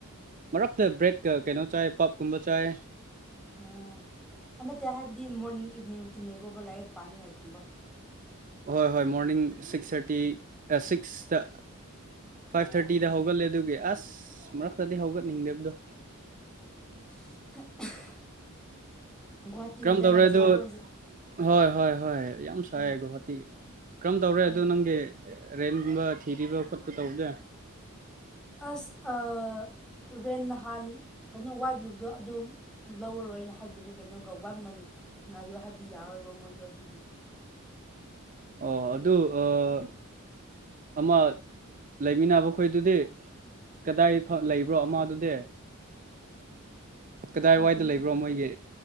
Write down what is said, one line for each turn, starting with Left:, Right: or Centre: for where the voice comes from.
Right: ꯃꯔꯛꯇ ꯕ꯭ꯔꯦꯠꯀ ꯀꯩꯅꯣ ꯆꯥꯏ ꯄꯞꯀꯨꯝꯕ ꯆꯥꯏ
Centre: ꯎꯝ ꯅꯠꯇꯦ ꯍꯥꯏꯕꯗꯤ ꯃꯣꯔꯅꯤꯡ ꯏꯚꯤꯅꯤꯡ ꯔꯨꯇꯤꯟ ꯂꯩꯕ꯭ꯔꯣꯕ ꯂꯥꯏꯔꯤꯛ ꯄꯥꯅꯤꯡꯉꯥꯏꯒꯨꯝꯕ
Right: ꯍꯣꯏ ꯍꯣꯏ ꯃꯣꯔꯅꯤꯡ ꯁꯤꯛꯁ ꯊꯥꯔꯇꯤ ꯁꯤꯛꯁꯇ
Centre: ꯑꯣ
Right: ꯐꯥꯏꯚ ꯊꯥꯔꯇꯤꯗ ꯍꯧꯒꯠꯂꯦ ꯑꯗꯨꯒꯤ ꯑꯁ ꯃꯔꯛꯇꯗꯤ ꯍꯧꯒꯠꯅꯤꯡꯗꯕꯗꯣ
Centre: <inaudible> ꯒꯨꯍꯥꯇꯤ
Right: ꯀꯔꯝ
Centre: ꯋꯦꯗꯔ
Right: ꯇꯧꯔꯦ
Centre: ꯌꯥꯝ
Right: ꯑꯗꯨ
Centre: ꯁꯥꯕ꯭ꯔ ꯍꯧꯖꯤꯛ
Right: ꯍꯣꯏ ꯍꯣꯏ ꯍꯣꯏ ꯌꯥꯝ ꯁꯥꯏ
Centre: ꯎꯝ
Right: ꯒꯨꯍꯥꯇꯤ ꯀꯔꯝ ꯇꯧꯔꯦ
Centre: ꯍꯥꯏꯌꯦ
Right: ꯑꯗꯨ ꯅꯪꯒꯤ ꯔꯦꯟꯒꯨꯝꯕ ꯊꯤꯔꯤꯕ ꯈꯣꯠꯄ ꯇꯧꯕꯗꯦ
Centre: ꯑꯁ ꯑꯥ ꯔꯦꯟ ꯅꯍꯥꯟ ꯀꯩꯅꯣ ꯋꯥꯏꯒꯤꯕꯗꯣ ꯑꯗꯨ ꯂꯧꯔꯔꯣꯏꯅ ꯍꯥꯏꯕꯤꯔꯦ ꯀꯩꯅꯣꯒ ꯋꯥꯟ ꯃꯟ ꯉꯥꯏꯌꯣ ꯍꯥꯏꯕꯗꯤ ꯌꯥꯔꯣꯏꯕ ꯃꯣꯏꯗꯣ ꯑꯗꯨꯒꯤ
Right: ꯑꯣ ꯑꯗꯨ ꯑꯥ ꯑꯃ ꯂꯩꯃꯤꯟꯅꯕ ꯈꯣꯏꯗꯨꯗꯤ ꯀꯗꯥꯏ ꯂꯩꯕ꯭ꯔꯣ ꯑꯃ ꯑꯗꯨꯗꯤ ꯀꯗꯥꯏꯋꯥꯏꯗ
Centre: ꯑ, ꯀꯩꯅꯣ
Right: ꯂꯩꯕ꯭ꯔꯣ ꯃꯣꯏꯒꯤ